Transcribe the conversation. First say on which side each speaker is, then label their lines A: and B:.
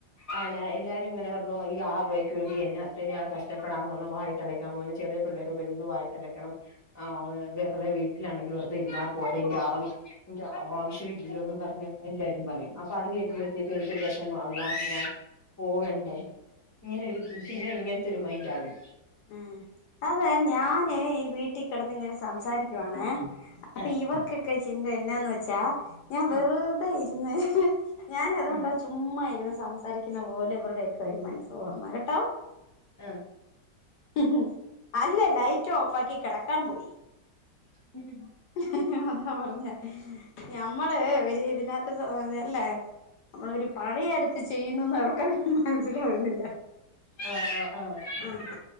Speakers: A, on the left; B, on the left.
A: ആന്നാ എല്ലാരു ഇങ്ങനെ പറഞ്ഞു ഈ ആറ് റൂപയ്ക്ക് വേണ്ടി എന്നാ <unintelligible> കഷ്ടപ്പെടാൻ പോകുന്നു വായിട്ടല ക്കാൻ പോകുന്നെ ചെറിയ പിള്ളേരോട് എന്ത് വായിട്ട്ലയ്ക്കണം ആഹ് വെറുതെ വീട്ടിലാണെങ്കി വെറുതെ ഇരിന്നാ പോരെ ഈന്റെ ആവശ്യം ൻ്റെ ആവശ്യ ഇല്ലല്ലോന്നും പറഞ്ഞ് എല്ലാരും പറയും അപ്പൊ അത് കേക്കുമ്പഴത്തേക്ക് എനിക്ക് ഒരു വെഷമാവും ലാസ്റ്റ് ഞാൻ പോകണ്ടേ ഇങ്ങനൊരു
B: ഉം
A: പിന്നെ ഇങ്ങനത്തെ ഒരു മൈൻഡാകും
B: ഉം അതെ ഞാനെ ഈ വീട്ടി കെടന്ന് ഇങ്ങനെ സംസാരിക്കുവാണേ അപ്പൊ
A: ആഹ്
B: ഇവർക്കൊക്കെ ചിന്ത എന്നാന്ന് വെച്ചാ ഞാൻ വെറുതെ
A: ആഹ്
B: ഇരുന്ന് ഞാനതുകൊണ്ടാ
A: ഉം
B: ചുമ്മായിരുന്നു സംസാരിക്കുന്ന പോലെ ഇവരുടെയൊക്കെ ഒരു മനസ്സ് ഓർമ്മ കേട്ടോ
A: ആഹ്
B: ഉ ഹു അല്ല ലൈറ്റോഫാക്കി കെടക്കാപോയി
A: <inaudible>
B: ഹ് ഹ് ഹ് അതാ പറഞ്ഞ ഞമ്മള് ഒരു ഇതിനാത്ത് <inaudible> അല്ലേ നമ്മളൊരു പണിയെടുത്ത് ചെയ്യുന്നൂന്ന് അവർക്ക <unintelligible> മനസ്സിലാവുന്നില്ല
A: ആഹ് ആഹ്
B: ആ
A: ആഹ്